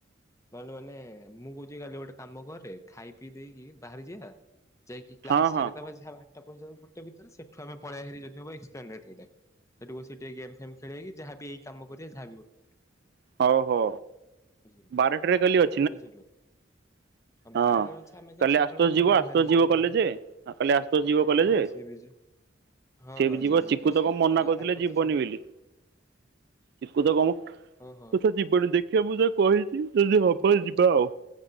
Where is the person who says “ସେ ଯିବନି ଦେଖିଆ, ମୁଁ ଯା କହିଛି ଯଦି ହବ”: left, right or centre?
Right